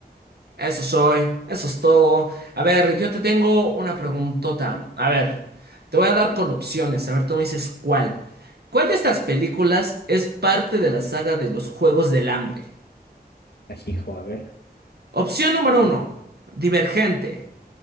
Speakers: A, on the right (about 70°); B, on the left (about 75°).
A: eso soy, eso es todo. A ver, yo te tengo una preguntota. A ver, te voy a dar con opciones. A ver, tú me dices cuál. ¿Cuál de estas películas es parte de la saga de los Juegos del Hambre?
B: Ajijo, a ver.
A: Opción número uno, Divergente.